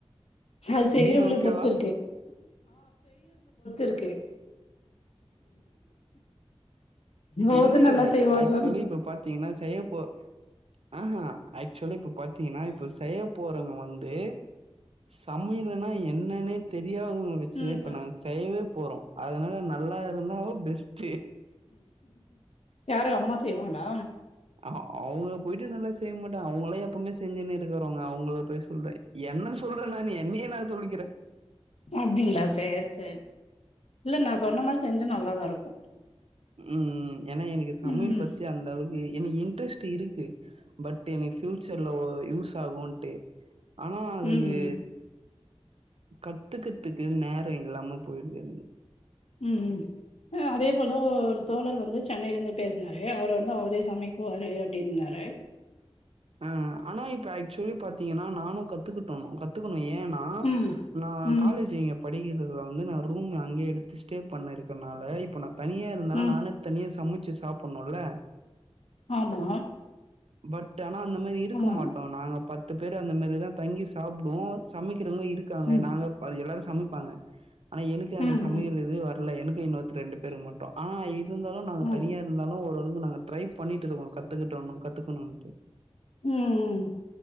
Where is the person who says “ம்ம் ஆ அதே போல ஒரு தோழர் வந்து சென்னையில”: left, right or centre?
Left